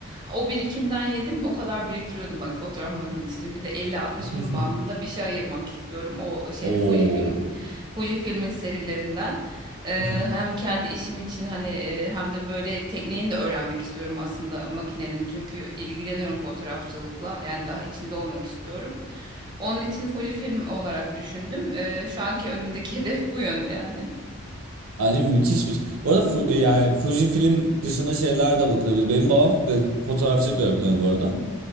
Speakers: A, on the right (about 20°); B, on the right (about 85°).
A: O birikimden yedim. O kadar biriktiriyordum bak fotoğraf makinesi için. Bir de elli altmış
B: <laughs>
A: bin bandında bir şey ayırmak istiyorum. O şeyde
B: Oo.
A: Fuji film Fuji filmin serilerinden. Ee,
B: <laughs>
A: hem kendi işim için hani e, hem de böyle tekniğini de öğrenmek istiyorum aslında makinenin. Çünkü ilgileniyorum fotoğrafçılıkla. Yani daha içinde olmak istiyorum. Onun için Fuji film olarak düşündüm. Ee, şu anki önümdeki <laughs> hedef bu yönde yani.
B: Bence müthişmiş. Bu arada Fu- yani Fuji film dışında şeyler de bakılabilir. Benim babam fotoğrafçılık öğretmeni bu arada.